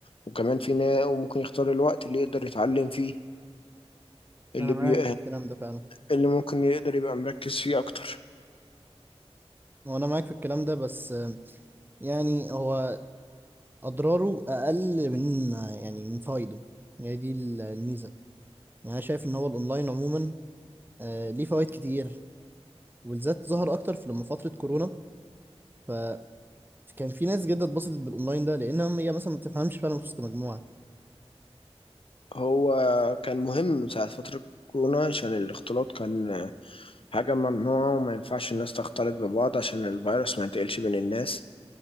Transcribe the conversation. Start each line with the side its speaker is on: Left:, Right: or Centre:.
Left: وكمان في نا- وممكن يختار الوقت اللي يقدر يتعلم فيه اللي
Right: انا معاك
Left: بي...
Right: في الكلام ده فعلا
Left: اللي ممكن يقدر يبقى مركز فيه أكتر
Right: هو انا معاك في الكلام ده بس آه، يعني هو اضراره اقل من آه، يعني من فوائده هي دي ال- الميزة يعني انا شايف ان هو الاونلاين عموما آه، ليه فوائد كتير وبالذات ظهر اكتر في لما فتره كورونا فكان في ناس جدا اتبسطت بالاونلاين ده لانها هي مثلا ما بتفهمش فعلا في وسط مجموعه
Left: هو كان مهم ساعة فترة كورونا عشان الاختلاط كان حاجة ممنوعة وما ينفعش الناس تختلط ببعض عشان الفيروس ما ينتقلش بين الناس